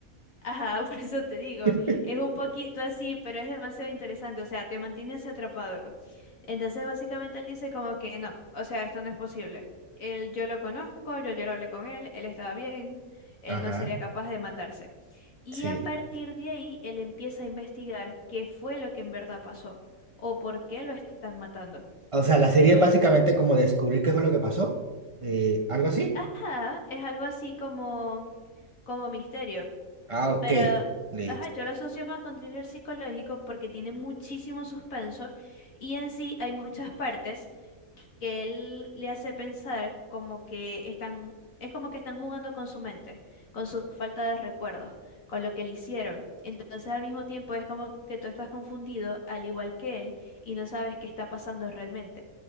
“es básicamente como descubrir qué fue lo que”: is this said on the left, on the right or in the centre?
Right